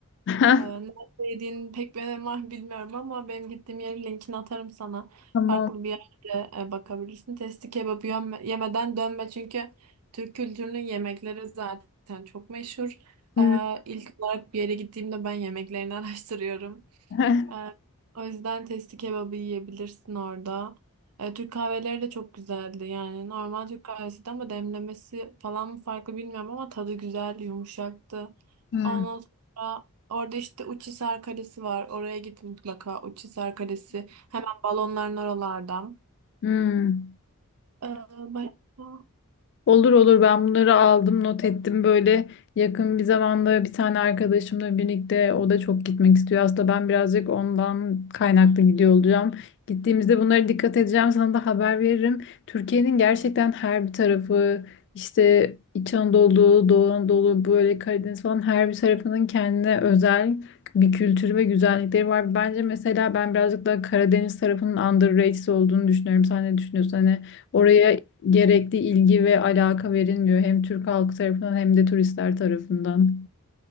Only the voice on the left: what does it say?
<laughs>
Tamam.
Evet.
<laughs>
Hmm.
Hmm.
Olur olur ben bunları aldım not ettim böyle yakın bir zamanda bir tane arkadaşımla birlikte o da çok gitmek istiyor. Aslında ben birazcık ondan kaynaklı gidiyor olacağım. Gittiğimizde bunlara dikkat edeceğim sana da haber veririm. Türkiye'nin gerçekten her bir tarafı işte İç Anadolu, Doğu Anadolu böyle Karadeniz falan her bir tarafının kendine özel bir kültürü ve güzellikleri var. Bence mesela ben birazcık daha Karadeniz tarafının underrated olduğunu düşünüyorum. Sen ne düşünüyorsun? Hani Oraya gerekli ilgi ve alaka verilmiyor hem Türk halkı tarafından hem de turistler tarafından.